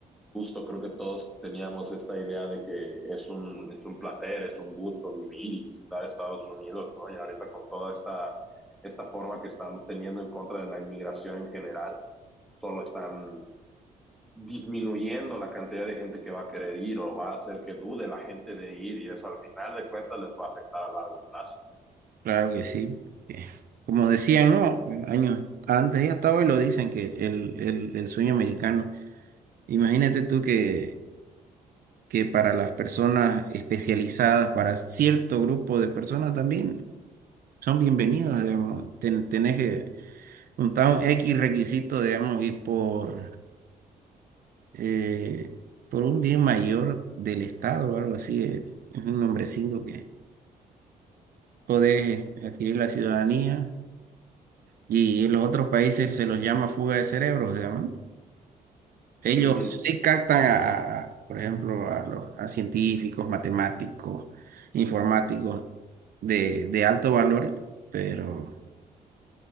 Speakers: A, in the centre; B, on the right.
A: justo creo que todos teníamos esta idea de que es un, es un placer, es un gusto vivir y visitar Estados Unidos, ¿no? Y ahorita con toda esta, esta forma que están teniendo en contra de la inmigración en general, solo están disminuyendo la cantidad de gente que va a querer ir o va a hacer que dude la gente de ir y eso al final de cuentas les va a afectar a largo plazo.
B: Claro que sí, porque, como decían, ¿no? Años antes y hasta hoy lo dicen que el, el- el sueño americano. Imagínate tú que, que para las personas especializadas, para cierto grupo de personas también son bienvenidos, digamos. Ten- tenés que juntar un X requisito, digamos, y por, eh, por un bien mayor del Estado o algo así, eh, es un nombrecito que podés adquirir la ciudadanía Y en los otros países se los llama fuga de cerebros, digamos. Ellos
A: Uh -huh,
B: sí captan a, a- por ejemplo, a los a científicos, matemáticos, informáticos de, de alto valor, pero